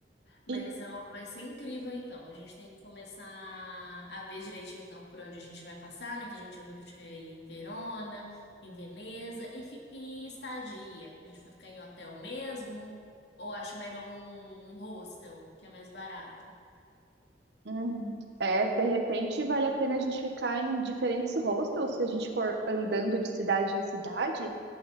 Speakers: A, on the left; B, on the right.
A: Mas
B: E
A: é, ó, vai ser incrível, então. A gente tem que começar a ver direitinho, então, por onde a gente vai passar, né? Que a gente já viu que a gente quer ir em Verona, em Veneza e, fi- e estadia. A gente vai ficar em hotel mesmo? Ou acha melhor um, um hostel, que é mais barato?
B: Hum, É, de repente vale a pena a gente ficar em diferentes hostels se a gente for andando de cidade em cidade,